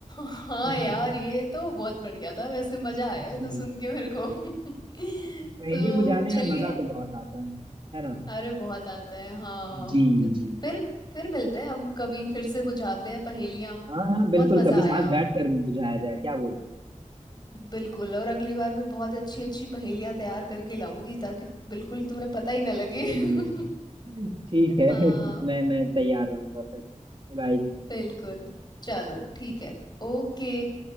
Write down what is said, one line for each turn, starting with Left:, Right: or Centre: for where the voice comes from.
Left: हाँ
Right: <laughs>
Left: यार ये तो बहुत बढ़िया था वैसे मजा आया है
Right: जी
Left: तो सुन के मेरे को <laughs>
Right: पहेलियां
Left: तो
Right: बुझाने
Left: चलिए
Right: में मजा तो बहुत आता है है ना
Left: अरे बहुत आता है हाँ
Right: जी
Left: तो
Right: जी
Left: फिर फिर मिलते हैं हम कभी फिर से बुझाते हैं पहेलियाँ
Right: हाँ हाँ बिल्कुल
Left: बहुत मजा
Right: कभी
Left: आया
Right: साथ बैठ कर बुझाया जाए क्या बोलते हैं
Left: बिल्कुल और अगली बार मैं बहुत अच्छी अच्छी पहेलियाँ तैयार करके लाऊंगी ताकि बिल्कुल तुम्हें पता ही ना लगे
Right: चलिए
Left: <laughs>
Right: ठीक है
Left: हाँ
Right: <laughs> मैं मैं तैयार रहूंगा फिर बाय
Left: बिल्कुल चलो ठीक है Okay